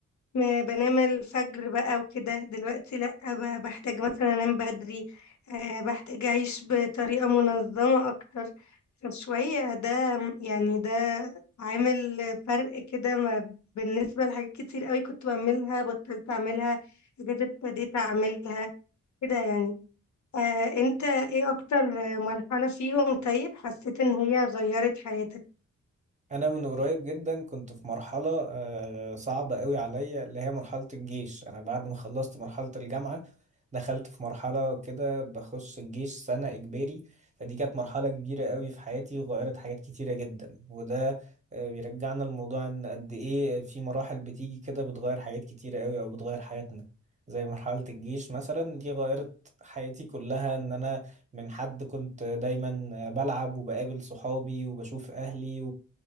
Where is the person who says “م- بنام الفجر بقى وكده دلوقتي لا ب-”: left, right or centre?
Left